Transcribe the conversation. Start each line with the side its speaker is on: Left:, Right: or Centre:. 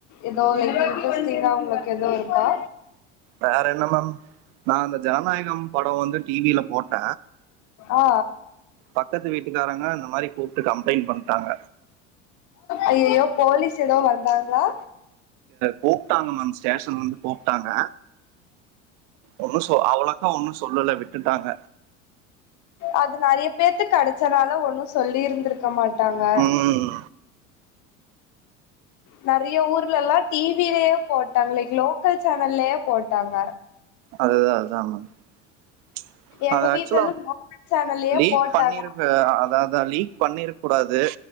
Left: எதோ லைக் இன்ட்ரஸ்டிங்கா உங்களுக்கு எதோ இருக்கா
Right: வேற என்ன மேம் நா அந்த ஜனநாயகம் படம் வந்து டி வியில போட்ட
Left: ஆ
Right: பக்கத்து வீட்டுக்காரங்க இந்த மாரி கூப்டு கம்ப்ளைண்ட் பண்டாங்க
Left: ஐய்யய்யோ போலீஸ் எதோ வந்தாங் களா
Right: கூப்டாங்க மேம் ஸ்டேஷன் வந்து கூப்டாங்க ஒன்னு சொ அவளோக்கா ஒன்னு சொல்லுல விட்டுட்டாங்க
Left: அது நெறய பேத்துக் கடச்சனால ஒண்ணு சொல்லிருந்திருக் க மாட்டாங்க
Right: ம்
Left: நெறய ஊர்லல்லா டி விலயே போட்டாங்க லைக் லோக்கல் சேனல்லயே போட்டாங்க
Right: அதுதா அதா மேம் ப்ச்
Left: எங்க
Right: அத
Left: வீட்ல
Right: ஆக்சுலா
Left: எல்லா லோக்கல் சேனல்லயே
Right: லீக்
Left: போட்டாங்க
Right: பண்ணிருக்கு அத அதா லீக் பண்ணிரு கூடாது